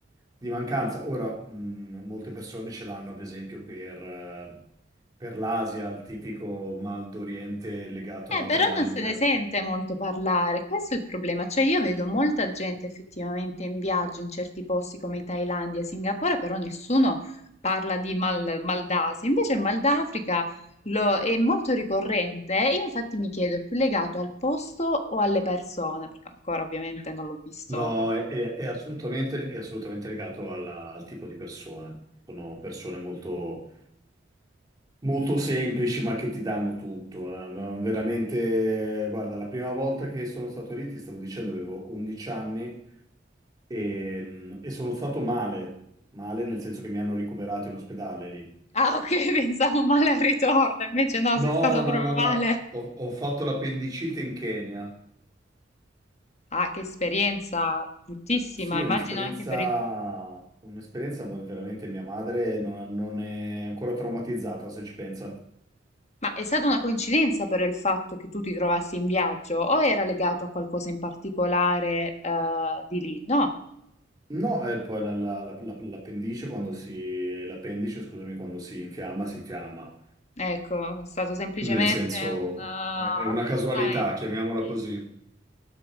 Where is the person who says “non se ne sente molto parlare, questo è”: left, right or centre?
Left